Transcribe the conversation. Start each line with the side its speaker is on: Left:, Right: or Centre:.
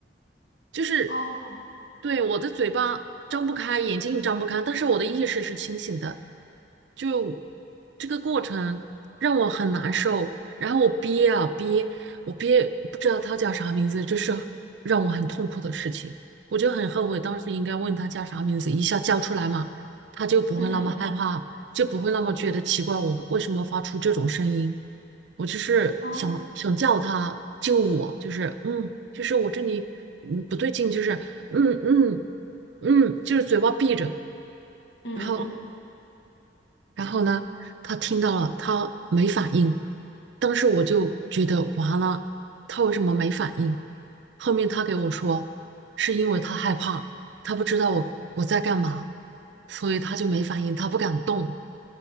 Right: 就是
Left: 哦，
Right: 对我的嘴巴张不开，眼睛也张不开，但是我的意识是清醒的，就这个过程让我很难受，然后我憋啊憋，我憋不知道他叫啥名字，这是让我很痛苦的事情，我就很后悔当时应该问他叫啥名字，一下叫出来嘛，他就不会那么害怕，
Left: 嗯嗯
Right: 就不会那么觉得奇怪，我为什么发出这种声音？我就是想想叫他救我，
Left: 哦，
Right: 就是嗯，就是我这里嗯不对劲，就是嗯嗯嗯，就是嘴巴闭着，
Left: 嗯嗯嗯。
Right: 然后然后呢，他听到了，他没反应，当时我就觉得完了，他为什么没反应？后面他给我说，是因为他害怕，他不知道我我在干嘛，所以他就没反应，他不敢动。